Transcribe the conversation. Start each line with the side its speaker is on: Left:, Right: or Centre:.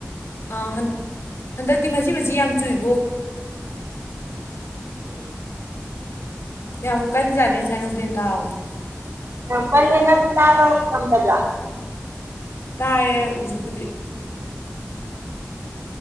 Left: ꯍꯟꯗꯛꯇꯤ ꯃꯆꯤ ꯃꯆꯤ ꯌꯥꯝ ꯆꯨꯏꯕꯣ
Right: ꯎꯝ
Left: ꯌꯥꯝ ꯀꯟꯖꯥꯅꯤ ꯉꯁꯥꯏ ꯅꯨꯡꯊꯤꯟ ꯇꯥꯕꯗꯣ
Right: ꯌꯥꯝ ꯀꯜꯂꯤ ꯅꯪ ꯇꯥꯕ ꯉꯝꯗꯕ꯭ꯔ
Left: ꯇꯥꯏꯌꯦ ꯍꯧꯖꯤꯛꯄꯨꯗꯤ